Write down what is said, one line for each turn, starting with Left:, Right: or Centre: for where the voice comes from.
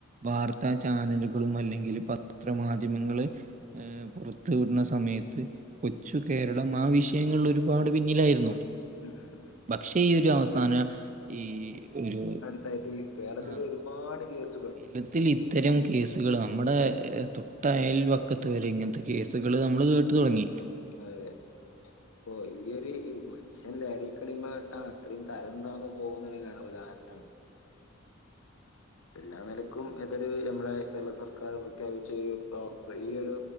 Right: വാർത്താ ചാനലുകളും അല്ലെങ്കിൽ പത്രമാധ്യമങ്ങള് ഏപുറത്തു വിടുന്ന സമയത്ത് കൊച്ചു കേരളം ആഹ് വിഷയങ്ങളിൽ ഒരുപാട് പിന്നിലായിരുന്നു
Left: ഉം ഉം ഉം
Right: പക്ഷെ ഈ ഒരു അവസാന ഈ ഒരു
Left: യിട്ട് കേരളത്തിൽ
Right: ആ
Left: ഒരുപാട് കേസ
Right: കേരളത്തിൽ ഇത്തരം കേസുകൾ നമ്മുടെ തൊട്ടയൽവക്കത്ത് വരെ ഇങ്ങനത്തെ കേസുകൾ നമ്മൾ കേട്ടു തുടങ്ങി
Left: അതെ അതെ അപ്പൊ ഈ ഒരു രുമാതി പക്ഷെ ലഹരി കടിമ പെട്ടാൽ അത്രയും തരംന്താന്ന് പോകുന്ന ഉദാഹരണമാണ്. എല്ലാ നിലക്കും ഇതൊരു നമ്മളെ കേരള സർക്കാർ പ്രഖ്യാപിച്ച ഒരു <unintelligible> ഈയൊരു